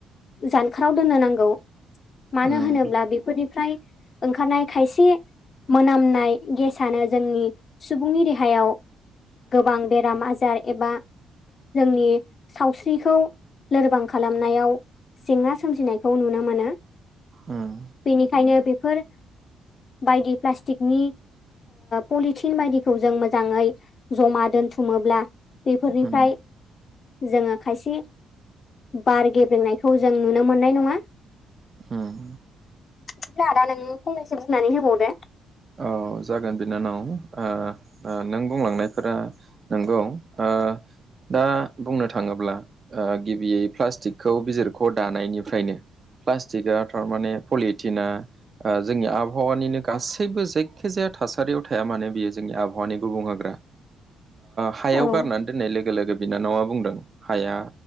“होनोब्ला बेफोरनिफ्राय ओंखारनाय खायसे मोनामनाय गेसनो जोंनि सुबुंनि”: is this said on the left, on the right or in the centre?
Left